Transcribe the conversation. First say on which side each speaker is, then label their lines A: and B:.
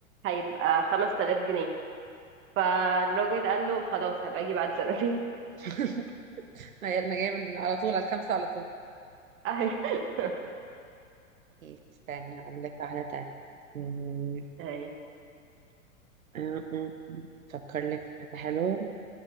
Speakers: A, on the right; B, on the right.
A: هيبقى 5000 جنيه فالراجل قال له خلاص هبقى اجي بعد سنتين
B: <laughs> ما هي انا جايه من على طول على الخمسه على طول
A: <laughs>
B: إيه، استني هقول لك واحده تانية
A: أهي.
B: آه، آه، فكر لك في حاجة حلوة